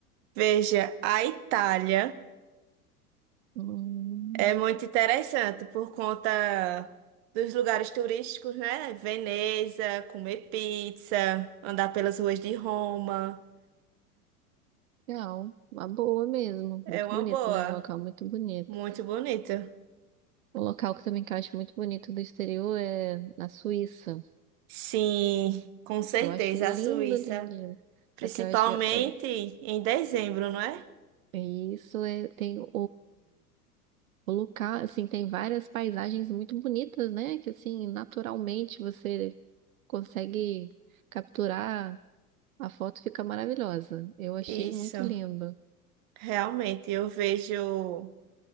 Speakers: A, on the right (about 45°); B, on the right (about 60°).
A: veja, a Itália
B: Hum.
A: é muito interessante por conta dos lugares turísticos, né? Veneza, comer pizza, andar pelas ruas de Roma.
B: Legal, uma boa mesmo.
A: É
B: Muito
A: uma
B: bonito,
A: boa,
B: né? Um local muito bonito.
A: muito bonita.
B: Um local que também que eu acho muito bonito do exterior é na Suíça.
A: Sim, com certeza,
B: Eu acho lindo,
A: a Suíça,
B: lindo, lindo.
A: principalmente
B: Só que eu acho. eh,
A: em dezembro, não é?
B: eh, Isso é, tem o, o local, assim, tem várias paisagens muito bonitas, né? Que assim, naturalmente você consegue capturar, a foto fica maravilhosa. Eu achei
A: Isso,
B: muito lindo.
A: realmente, eu vejo